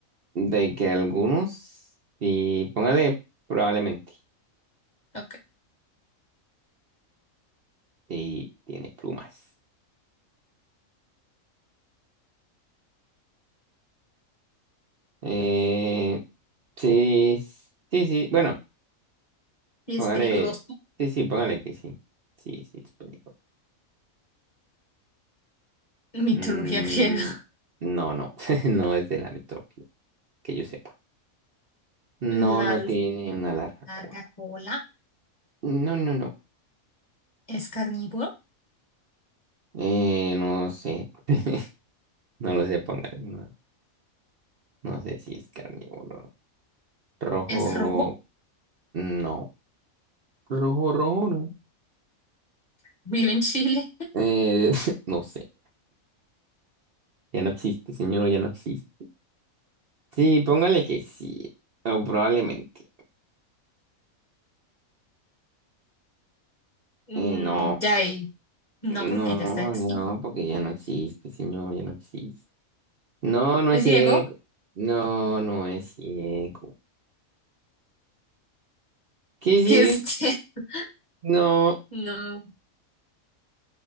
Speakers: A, on the right; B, on the left.
A: de que algunos, sí, póngale probablemente,
B: Ok.
A: sí, tiene plumas, eh. Sí, sí, sí. Bueno,
B: Y
A: póngale.
B: es peligroso.
A: Sí, sí, póngale que sí. Sí, sí, es película.
B: Mitología
A: Mm,
B: <laughs> griega.
A: no, no. <laughs> No es de la mitología, que yo sepa. No,
B: La
A: no
B: alce-
A: tiene una larga
B: larga
A: cola.
B: cola.
A: No, no, no.
B: Es carnívoro.
A: Eh, no sé. <laughs> No lo sé, póngale. No, no sé si es carnívoro. Rojo,
B: Es rojo.
A: no. Rojo, rojo, no.
B: Vive en Chile.
A: Eh, <laughs> no sé. Ya no existe, señor, ya no existe. Sí, póngale que sí. O probablemente.
B: Mm,
A: Eh, no.
B: ya ahí. No,
A: No,
B: porque ya está extinto.
A: no, porque ya no existe, señor, ya no existe. No, no
B: Es
A: es ciego.
B: ciego.
A: No, no es ciego. ¿Qué es
B: Que es
A: eso?
B: <laughs>
A: No.
B: No.